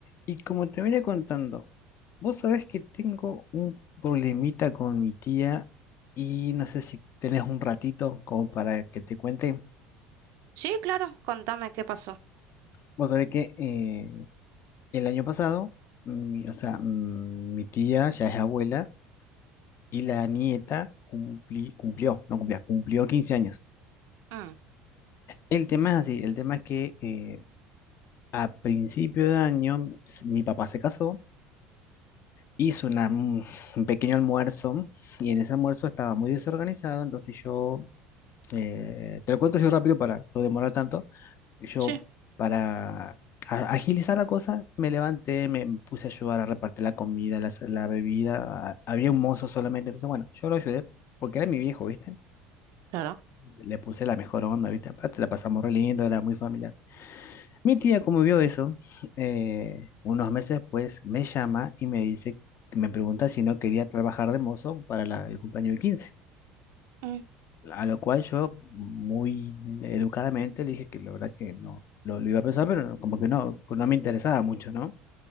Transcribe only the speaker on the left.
Y como te venía contando, vos sabés que tengo un problemita con mi tía y no sé si tenés un ratito como para que te cuente.
Vos sabés que eh, el año pasado, mi, o sea, mm, mi tía ya es abuela y la nieta cumpli- cumplió, no cumplía, cumplió 15 años.
El tema es así, el tema es que eh, a principio de año s- mi papá se casó hizo una, un un pequeño almuerzo y en ese almuerzo estaba muy desorganizado, entonces yo, eh, te lo cuento así rápido para no demorar tanto, yo
para a- agilizar la cosa me levanté, me puse a ayudar a repartir la comida, la, la bebida, a- había un mozo solamente, entonces bueno, yo lo ayudé porque era mi viejo, ¿viste?
Le puse la mejor onda, ¿viste? Aparte la pasamos re lindo, era muy familiar. Mi tía, como vio eso, eh, unos meses después me llama y me dice, me pregunta si no quería trabajar de mozo para la- el cumpleaños de 15.
A lo cual yo, muy educadamente, le dije que la verdad que no lo, lo iba a pensar, pero no, como que no, no me interesaba mucho, ¿no?